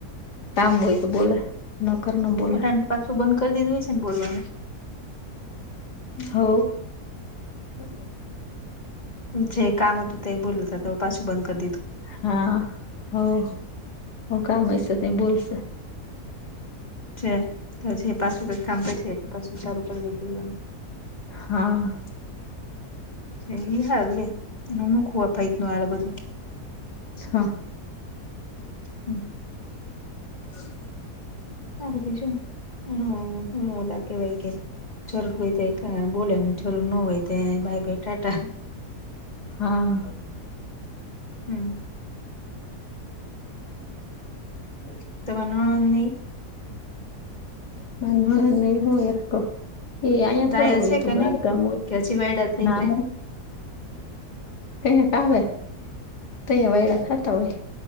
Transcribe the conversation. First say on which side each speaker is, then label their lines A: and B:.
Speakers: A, on the left (about 80°); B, on the left (about 30°).
A: કામ હોય. તો બોલે નકર ન બોલે
B: અત્યાર તો પાછું બંધ કરી દીધું હોય છે ને બોલવા નું.
A: હ.
B: ત જે કામ હતું તે બોલ જ પાછું બંધ કર દીધું.
A: હા હો હ કામ હસે તય બોલસે.
B: છે તો જે પાછું કઈક કામ પ એ તો પાછું સારું કરી દે જોવાનું.
A: હા.
B: એ ઈ હારુ હ એનું ન ખું અભાઈત ન આ બધું.
A: હા.
B: હમ.
A: <inaudible>
B: સારું બીજું હું હ લ કેવાય કે. જરૂર હોય તે બોલે ને જરૂર ન હોય તે બાઈ-બાઈ ટાટા.
A: હા.
B: હમ.
A: હમ.
B: તમારે નણંદ ને ઇ,
A: મારી નણંદ ને એ બહુ એક હ. એ અહીયા
B: ડાયા
A: થોડા હોય
B: છે
A: એતો
B: કે
A: બાર
B: નઈ
A: ગામ હોય
B: કે હજી વાયડા થઈ
A: ના.
B: છે
A: કયક આવે તહીયા વાયડા ખાતા હોય.